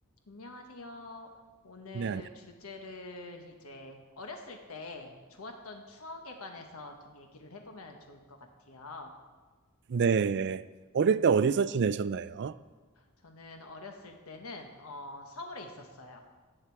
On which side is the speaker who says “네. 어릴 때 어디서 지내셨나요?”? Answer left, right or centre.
Right